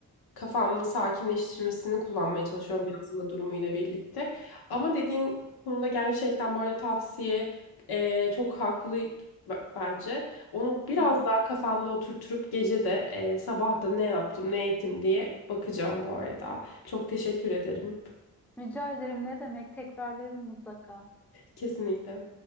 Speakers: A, on the left; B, in the centre.
A: kafamda sakinleştirmesini kullanmaya çalışıyorum yazma durumuyla birlikte. Ama dediğin konuda gerçekten bu arada tavsiye e, çok haklı b- bence. Onu biraz
B: Hı hı.
A: daha kafamda oturtup gece de e, sabah da ne yaptım ne ettim diye bakacağım bu arada. Çok teşekkür ederim.
B: Rica ederim ne demek tekrarlayalım mutlaka.
A: Kesinlikle.